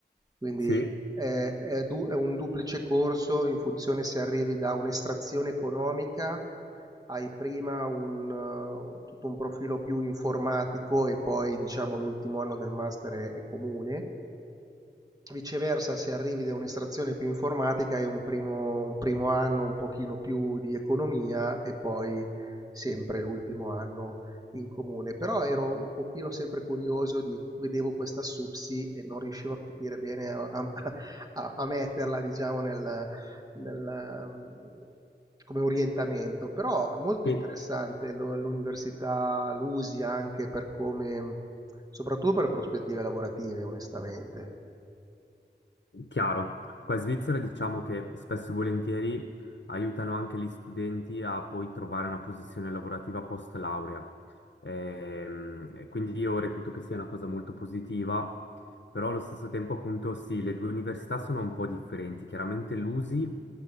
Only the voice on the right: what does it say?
quindi
è, è du- è un duplice corso in funzione se arrivi da un'estrazione economica, hai prima un, eh, tutto un profilo più informatico e poi diciamo l'ultimo anno del master è, è comune Viceversa, se arrivi da un'estrazione più informatica è un primo, un primo anno un pochino più di economia e poi sempre l'ultimo anno in comune. Però ero un pochino sempre curioso di, vedevo questa SUPSI e non riuscivo a capire bene a, a- a- a metterla, diciamo, nel, nel- come orientamento. Però molto
interessante lo- l'università, l'USI anche per come, soprattutto per prospettive lavorative, onestamente.